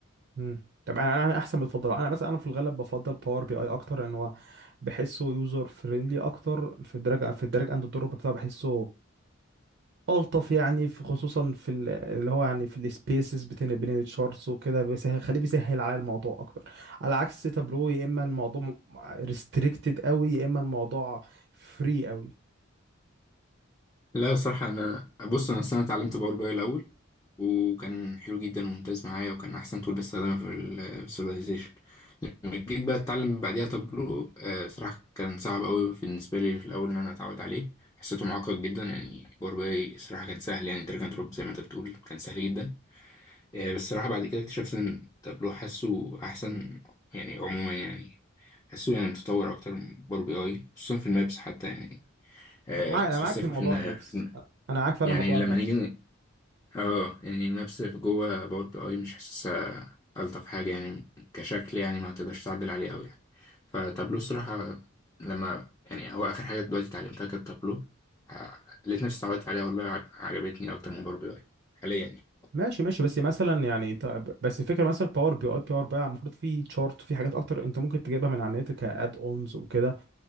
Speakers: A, on the right (about 55°); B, on the left (about 15°).
A: امم طب انا انا احسن بتفضل انا مثلا انا في الغالب بفضل باور بي اي اكتر لان هو بحسه يوزر فريندلي اكتر في الدراج في الدراج اند الدروب بتاعه بحسه ألطف يعني في خصوصا في ال- اللي هو يعني في السبيسز بين بين التشارتس وكده بيسهل خليه بيسهل على الموضوع أكتر على عكس تابلو يا إما الموضوع ريستريكتد قوي يا إما الموضوع فري قوي
B: لا صراحة أنا بص أنا أصل أنا اتعلمت باور باي الأول وكان حلو جدا وممتاز معايا وكان أحسن تول بستخدمها في الفيزواليزيشن لما جيت بقى أتعلم بعديها تابلو آه، صراحة كان صعب أوي بالنسبة لي في الأول إن أنا أتعود عليه حسيته معقد جدا يعني باور باي صراحة كان سهل يعني دراج أند دروب زي ما أنت بتقول كان سهل جدا آه، بس صراحة بعد كده اكتشفت إن تابلو حاسه أحسن يعني عموما يعني حاسه يعني متطور أكتر من باور بي أي خصوصا في المابس حتى يعني
A: ومعاك أنا
B: سبيسيفيك
A: معاك في موضوع
B: في
A: المابس أنا معاك فعلا
B: يعني
A: موضوع
B: لما
A: المابس
B: نيجي اه يعني المابس في جوه باور بي اي مش حاسسها الطف حاجه يعني كشكل يعني ما تقدرش تعدل عليه قوي يعني فتابلو الصراحه لما يعني هو اخر حاجه دلوقتي اتعلمتها كانت تابلو آه، لقيت نفسي اتعودت عليها والله عج- عجبتني اكتر من باور بي اي حاليا يعني
A: ماشي ماشي بس مثلا يعني طب بس الفكره مثلا باور بي اي باور بقى المفروض في تشارت في حاجات اكتر انت ممكن تجيبها من على النت كاد اونز وكده